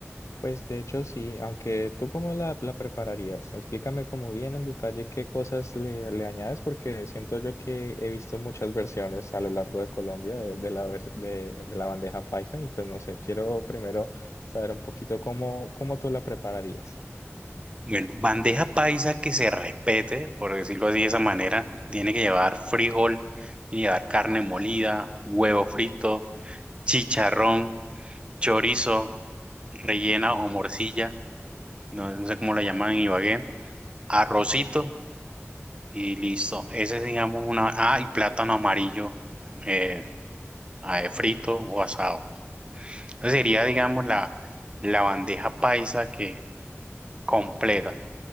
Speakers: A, on the left (about 80°); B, on the right (about 20°).
A: Pues de hecho sí, aunque tú cómo la, la prepararías, explícame como bien en detalle qué cosas le, le añades, porque siento yo que he visto muchas versiones a lo largo de Colombia de, de la, vers- de, de la bandeja paisa y pues no sé, quiero primero saber un poquito cómo, cómo tú la prepararías.
B: Bueno, bandeja paisa que se respete, por decirlo así de esa manera, tiene que llevar frijol, tiene que llevar carne molida, huevo frito, chicharrón, chorizo, rellena o morcilla, no, no sé cómo la llaman en Ibagué, arrocito Y listo. Ese es, digamos, una. Ah, y plátano amarillo eh, ah, eh, frito o asado. Esa sería, digamos, la, la bandeja paisa que completa.